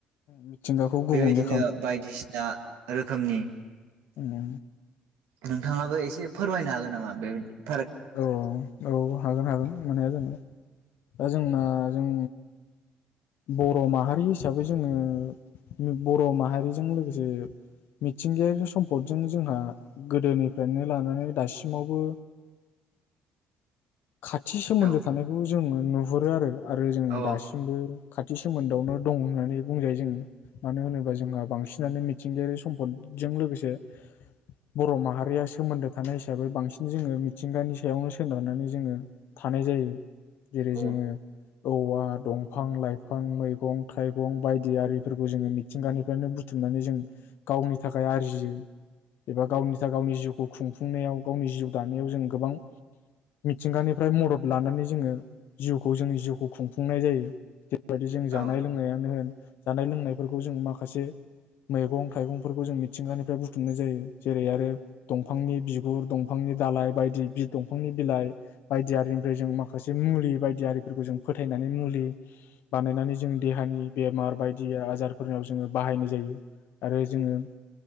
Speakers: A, on the left (about 60°); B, on the right (about 65°).
A: मिथिंगाखौ गुबुंले
B: बेबायदिनो बायदिसिना रोखोमनि
A: उम
B: नोंथाङाबो एसे फोरमायनो हागोन नामा बेबायदि
A: औ औ हागोन हागोन मानो हाया जानो दा जोंना जों बर'माहारि हिसाबै जोङो बर' माहारिजों लोगोसे मिथिंगायारि सम्पदजों जोंहा गोदोनिफ्रायनो लानानै दासिमावबो खाथि सोमोन्दो
B: औ
A: थानायखौ जोंङो नुहुरो आरो। आरो जोङो
B: औ
A: दासिमबो खाथि सोमोन्दआवनो दं होननानै बुंजायो जोङो। मानो होनोबा जोंहा बांसिनानो मिथ मिथिंगायारि सम्पदजों लोगोसे बर' माहारिया सोमोन्दो थानाय हिसाबै बांसिन जोङो मिथिंगानि सायावनो सोनारनानै जोङो थानाय जायो। जेरै
B: औ
A: जोङो औवा दंफां लाइ लाफां मैगं थाइगं बायदि आरिफोरखौ जोङो मिथिंगानिफ्रायनो बुथुमनानै जों गावनि थाखाय आरजियो एबा गावनि थाखाय गावनि जिउखौ खुंफुंनायाव गावनि जिउ दानायाव जों गोबां मिथिंगानिफ्राय मदद लानानै जोङो जिउखौ जोंनि जिउखौ खुंफुंनाय जायो। बेबायदि जों जानाय
B: औ
A: लोंनायानो होन जानाय लोंनायफोरखौ जों माखासे मैगं थाइगंफोरखौ जों मिथिंगानिफ्राय बुथुमनाय जायो। जेरै आरो दंफांनि बि गुर दंफांनि दालाय बायदि बि-दंफांनि बिलाइ बायदि आरिनिफ्राय जों माखासे मुलि बायदि आरिफोरखौ जों फोथायनानै मुलि बानायनानै जों देहानि बेमार बायदि आजारफोरनाव जोङो बाहायनाय जायो आरो जोङो